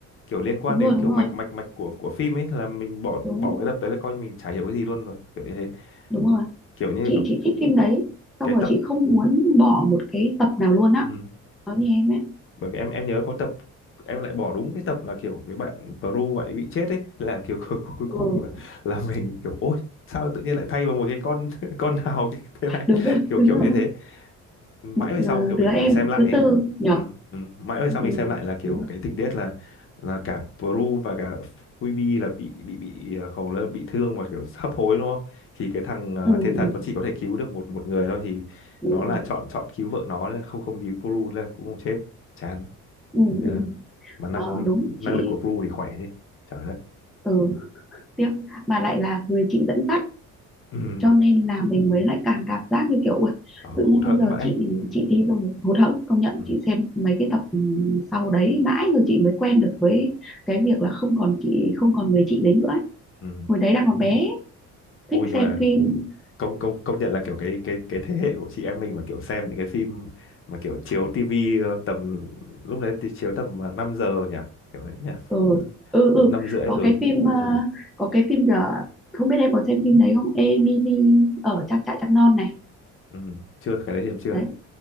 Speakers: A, on the left; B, in the centre.
A: kiểu liên quan
B: đúng
A: đến
B: rồi đúng
A: kiểu
B: rồi
A: mạch mạch mạch của của phim ấy là mình bỏ
B: đúng
A: bỏ cái tập đấy là coi như mình chả hiểu cái gì luôn rồi kiểu như thế
B: đúng rồi
A: kiểu như
B: chị
A: là kiểu
B: chị thích phim đấy xong
A: cái
B: rồi
A: tập
B: chị không muốn bỏ một cái tập nào luôn á
A: ừ.
B: nói như em ấy
A: bởi vì em em nhớ có tập em lại bỏ đúng cái tập là kiểu cái bạn Peru bạn ấy bị chết ấy Thế là kiểu <laughs> cuối cuối cùng
B: ừ,
A: là là mình kiểu ôi sao tự nhiên lại thay vào một cái con <laughs> con nào thế này
B: đúng rồi
A: kiểu
B: đúng
A: kiểu
B: rồi
A: như thế mãi
B: một
A: về sau
B: ờ,
A: kiểu mình
B: đứa em
A: phải xem lại
B: thứ
A: ấy.
B: tư nhở
A: Ừ, ừ. Mãi về sau
B: ừ,
A: mình xem lại là kiểu
B: đúng rồi.
A: cái tình tiết là là cả Bru và cả Phoebe là bị bị bị ờ, hầu là bị thương và kiểu hấp hối đúng không? Thì cái thằng ờ,
B: ừ, ừ,
A: thiên thần nó chỉ có thể cứu được một một người thôi thì
B: đúng
A: nó
B: rồi
A: là chọn chọn cứu vợ nó là không không cứu Bru là cũng không chết chán
B: ừ,
A: thế
B: ừ.
A: là mà năng
B: Ờ, đúng
A: năng
B: chị
A: lực của Bru thì khỏe chứ trời đất
B: ừ, tiếc mà lại là người chị dẫn dắt
A: ừ.
B: cho nên là mình mới lại càng cảm giác như kiểu "Ui,
A: Ờ,
B: tự
A: hụt
B: nhiên
A: hẫng
B: bây giờ
A: vãi
B: chị chị đi rồi hụt hẫng công nhận
A: ừ.
B: chị xem mấy cái tập ừ, sau đấy mãi rồi chị mới quen được với cái việc là không còn chị không còn người chị đấy nữa ấy.
A: Ừ.
B: hồi đấy đang còn bé
A: Ôi
B: thích
A: nhưng
B: xem
A: mà
B: phim
A: công công công nhận là kiểu cái cái cái thế hệ của chị em mình mà kiểu xem những cái phim mà kiểu chiếu tivi ờ, tầm lúc đấy thì chiếu tầm ờ, 5 giờ nhỉ kiểu đấy nhỉ
B: ừ
A: cũng
B: ừ ừ
A: năm rưỡi
B: có
A: ừ.
B: cái phim ờ, có cái phim giờ không biết em có xem phim đấy không Emily ở trang trại trăng non này
A: ừ chưa cái đấy thì em chưa
B: đấy